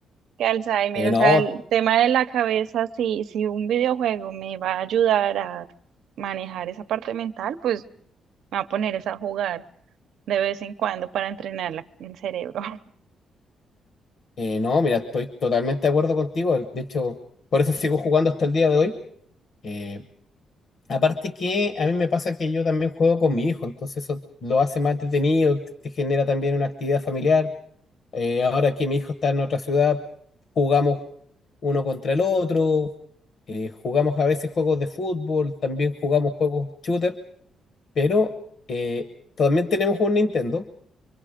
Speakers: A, on the right (about 80°); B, on the left (about 50°).
A: que Alzheimer,
B: Eh,
A: o
B: no,
A: sea, el tema de la cabeza, si, si un videojuego me va a ayudar a manejar esa parte mental, pues me va a poner esa a jugar de vez en cuando para entrenar la- el cerebro.
B: eh, no, mira, estoy totalmente de acuerdo contigo. De hecho, por eso sigo jugando hasta el día de hoy. Eh, aparte que a mí me pasa que yo también juego con mi hijo, entonces eso lo hace más entretenido, te te genera también una actividad familiar. Eh, ahora que mi hijo está en otra ciudad, jugamos uno contra el otro, eh, jugamos a veces juegos de fútbol, también jugamos juegos shooter, pero eh, también tenemos un Nintendo.